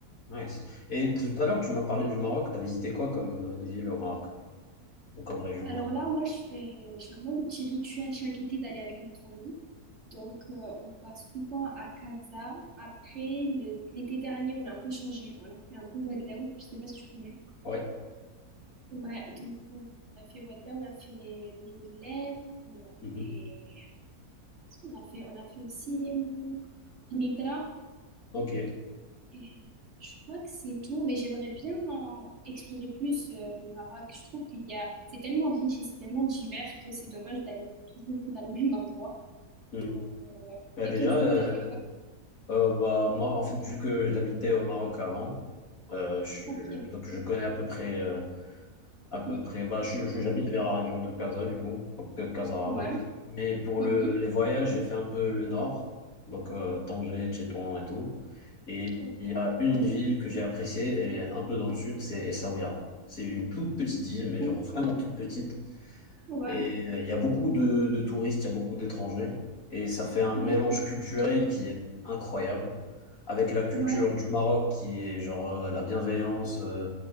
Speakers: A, on the left; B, on the right.
A: nice. Et
B: ouais.
A: tout à l'heure, tu m'as parlé du Maroc. T'as visité quoi comme euh, ville au Maroc? Ou comme région,
B: Alors
A: du coup?
B: là, moi, je fais, je fais vraiment le petit rituel chaque été d'aller avec ma famille. Donc, euh, on va souvent à Casa. Après, le- l'été dernier, on a un peu changé. On a fait un peu Wadlaou. Je sais pas si tu connais.
A: Ouais.
B: Ouais, donc euh, on a fait Wadlaou, on a fait les, les Mylènes, on a
A: Mhm.
B: fait, on a fait, on a fait aussi hum, Nidra.
A: Ok.
B: Et je crois que c'est tout, mais j'aimerais bien euh, explorer plus euh, le Maroc. Je trouve qu'il y a, c'est tellement riche et c'est tellement divers que c'est dommage d'aller toujours dans le même endroit.
A: Mhm.
B: Donc, euh, ouais.
A: Bah,
B: Et
A: déjà,
B: toi, du
A: euh,
B: coup, t'as fait quoi?
A: Euh, bah, moi, en fait, vu que j'habitais au Maroc avant, euh, je,
B: Ok.
A: donc je connais à peu près, euh, à peu
B: Mm.
A: près, bah, je, je- j'habite vers la région de Casa, du coup, donc euh, Casarama.
B: Ouais.
A: Mais pour
B: Mhm.
A: le, les voyages, j'ai fait un peu le nord, donc euh, Tanger, Tétouan et tout. Et
B: Ok.
A: il y a une ville que j'ai appréciée, elle est un peu dans le sud, c'est Essaouira. C'est une toute petite ville, mais
B: Mm.
A: genre vraiment toute petite.
B: Ouais.
A: Et euh, il y a beaucoup de, de touristes, il y a beaucoup d'étrangers. Et ça fait un
B: D'accord.
A: mélange culturel qui est incroyable. Avec la culture
B: Ouais.
A: du Maroc qui est genre euh, la bienveillance, euh,